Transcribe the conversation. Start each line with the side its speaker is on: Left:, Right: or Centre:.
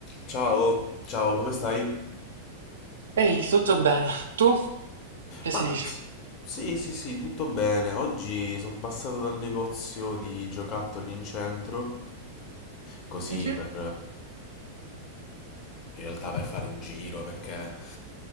Left: Ciao, ciao, come stai?
Right: Ehi, tutto bene? Tu? Che si
Left: Ma
Right: dice?
Left: sì, sì, sì, sì, tutto bene. Oggi sono passato dal negozio di giocattoli in centro, così
Right: Mhm.
Left: per, in realtà per fare un giro perché